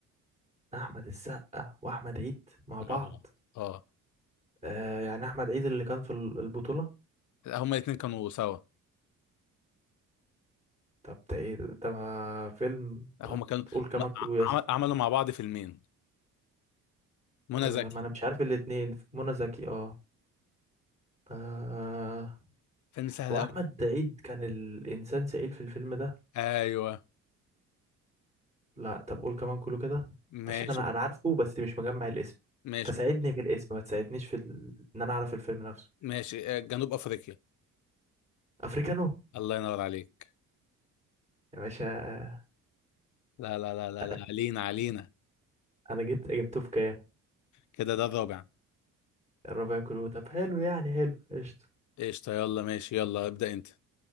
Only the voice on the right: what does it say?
احمد السقا واحمد عيد مع
بعض
آه... يعني احمد عيد اللي كان في ال- البطوله
طب ده ايه ده ده ما فيلم
طب
قول كمان
كله يا
اسطى
آه...
ما انا مش عارف الاتنين منى زكي اه آه،
هو
احمد عيد كان الانسان سئيل في الفيلم ده
لا طب قول كمان كله كده عشان
انا انا عارفه بس مش مجمع الاسم
فساعدني في الاسم ما تساعدنيش في ال... ان انا اعرف الفيلم نفسه
افريكانو
يا باشا
انا
أنا جيت جبته في كام
الربع كله طب حلو يعني حلو قشطة